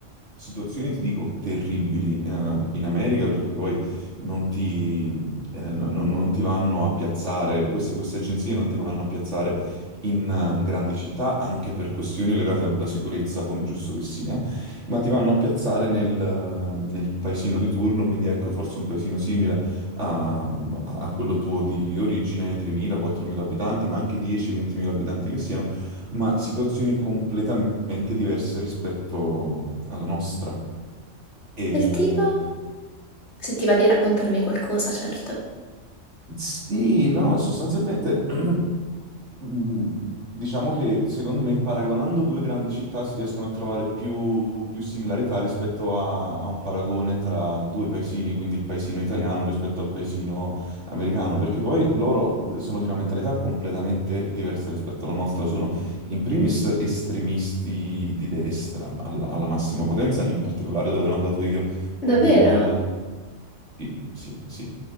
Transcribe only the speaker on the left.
Del tipo? Se ti va di raccontarmi qualcosa, certo.
Davvero?